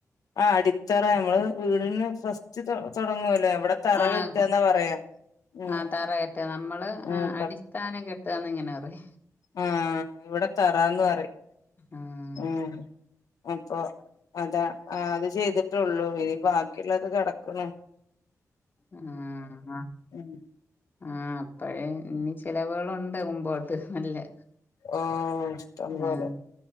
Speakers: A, on the left; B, on the left.
A: ആഹ് അടിത്തറ നമ്മള് വീടിന് ഫസ്റ്റ് തൊ തൊടങ്ങുവല്ലേ അവിടെ തറ
B: ആഹ്
A: കെട്ടാന്നാ പറയാ ഉം
B: ആഹ് തറയിട്ട് നമ്മള്
A: ഉം
B: ആഹ് അടിസ്ഥാനം കെട്ടുകാന്നിങ്ങനറി
A: ആഹ് ഇവിടെ തറാന്ന് പറയും
B: ആഹ്
A: ഉം അപ്പൊ അതാ ആഹ് അത് ചെയ്തിട്ടുള്ളൂ ഇനി ബാക്കിയുള്ളത് കെടക്കണു
B: ആഹ്- ആഹ്
A: ഉം
B: ആഹ് അപ്പഴേ ഇനി ചെലവുകളുണ്ട് മുമ്പോട്ട് നല്ലെ
A: ഓ ഇഷ്ടം
B: ആഹ്
A: പോലെ